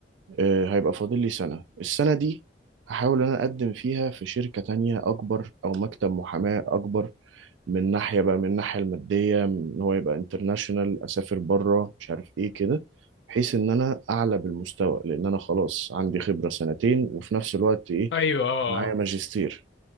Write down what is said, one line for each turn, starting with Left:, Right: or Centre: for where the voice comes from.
Right: آه، هيبقى فاضل لي سنة السنة دي هحاول انا اقدم فيها في شركة تانية اكبر او مكتب محاماة اكبر من ناحية بقى من الناحية المادية إن هو يبقى انترناشونال أسافر بره مش عارف إيه كده بحيث إن أنا أعلى بالمستوى لأن أنا خلاص عندي خبرة سنتين وفي نفس الوقت إيه
Left: ايوه اه
Right: معايا
Left: آه.
Right: ماجستير